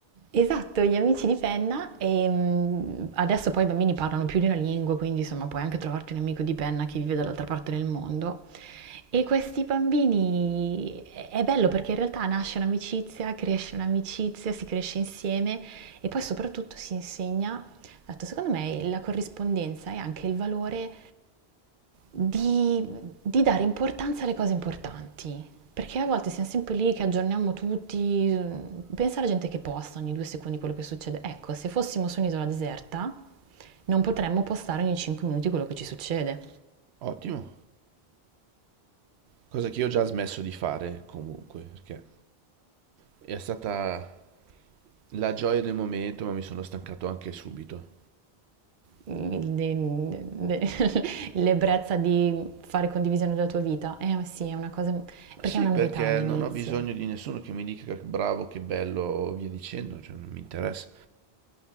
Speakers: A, on the right (about 55°); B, on the right (about 85°).
A: Esatto, gli amici di penna e mm, adesso poi i bambini parlano più di una lingua, quindi insomma puoi anche trovarti un amico di penna che vive dall'altra parte del mondo. E questi bambini è è bello perché in realtà nasce un'amicizia, cresce un'amicizia, si cresce insieme e poi soprattutto si insegna, dato secondo me la corrispondenza e anche il valore di, di dare importanza alle cose importanti. Perché a volte siamo sempre lì che aggiorniamo tutti, pensa alla gente che posta ogni due secondi quello che succede. Ecco, se fossimo su un'isola deserta non potremmo postare ogni cinque minuti quello che ci succede.
B: Ottimo, cosa che io ho già smesso di fare comunque, perché è stata la gioia del momento, ma mi sono stancato anche subito.
A: il- de- de- <laughs> l'ebbrezza di fare condivisione della tua vita. Eh ma sì, è una cosa, perché
B: Sì,
A: è una
B: perché
A: novità all'inizio.
B: non ho bisogno di nessuno che mi dica che bravo, che bello, via dicendo, cioè non mi interessa.